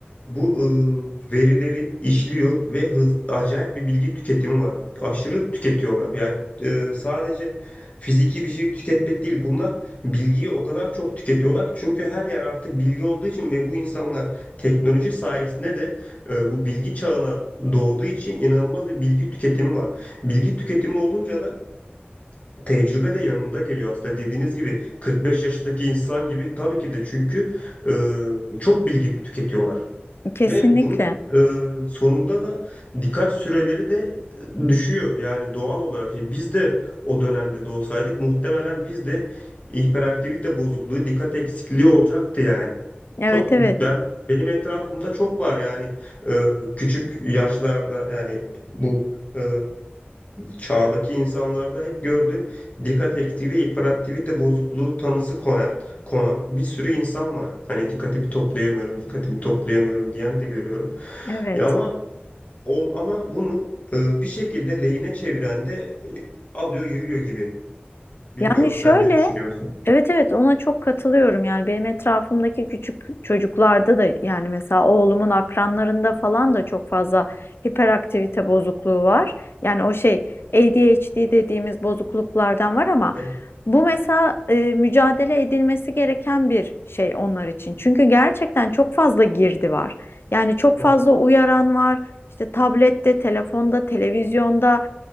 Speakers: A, on the left; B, on the left.
A: bu e, verileri işliyor ve hız, acayip bir bilgi tüketimi var. Aşırı tüketiyorlar. Yani e, sadece fiziki bir şeyi tüketmek değil bunlar. Bilgiyi o kadar çok tüketiyorlar ki çünkü her yer artık bilgi olduğu için ve bu insanlar teknoloji sayesinde de e, bu bilgi çağına doğduğu için inanılmaz bir bilgi tüketimi var. Bilgi tüketimi olunca da tecrübe de yanında geliyor aslında dediğiniz gibi 45 yaşındaki insan gibi tabii ki de çünkü e, çok bilgi tüketiyorlar.
B: Kesinlikle.
A: Ve bunun e, sonunda da dikkat süreleri de e, düşüyor. Yani doğal olarak e, biz de o dönemde doğsaydık muhtemelen biz de hiperaktivite bozukluğu, dikkat eksikliği olacaktı yani.
B: Evet
A: Çok ben
B: evet.
A: benim etrafımda çok var yani E, küçük yaşlarda yani bu e, çağdaki insanlarda hep gördüğüm dikkat eksikliği ve hiperaktivite bozukluğu tanısı koyan konan bir sürü insan var. Hani dikkatimi toplayamıyorum, dikkatimi toplayamıyorum diyen de görüyorum.
B: Evet.
A: Ya ama o, ama bunu e, bir şekilde lehine çeviren de e, alıyor yürüyor gibi. Bilmiyorum
B: Yani şöyle
A: sen ne düşünüyorsun?
B: Evet evet ona çok katılıyorum yani benim etrafımdaki küçük çocuklarda da yani mesela oğlumun akranlarında falan da çok fazla hiperaktivite bozukluğu var. Yani o şey ADHD dediğimiz bozukluklardan var ama
A: Evet,
B: bu mesela e, mücadele edilmesi gereken bir şey onlar için. Çünkü gerçekten çok fazla girdi var. Yani çok
A: çok
B: fazla uyaran var. İşte tablette, telefonda, televizyonda,